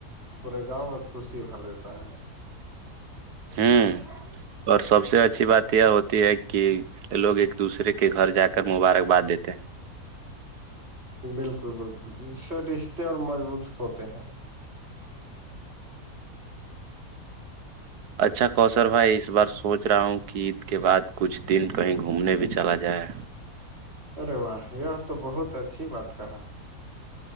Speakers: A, on the right (about 45°); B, on the right (about 85°).
A: پورے گاؤں میں خوشی بھر دیتا ہے <unintelligible>
B: ہوں
A: کون کرا <inaudible>
B: اور سب سے اچھی بات یہ ہوتی ہے کہ لوگ ایک دوسرے کے گھر جا کر مبارکباد دیتے ہیں
A: بالکل بالکل جے رشتے اور مضبوط ہوتے ہیں <unintelligible> ہوں <inaudible> ج
B: اچھا کوشر بھائی اس بار سوچ رہا ہوں کہ عید کے بعد کچھ دن کہیں گھومنے بھی چلا جائے
A: ارے واہ یہ تو بہت اچھی بات کہا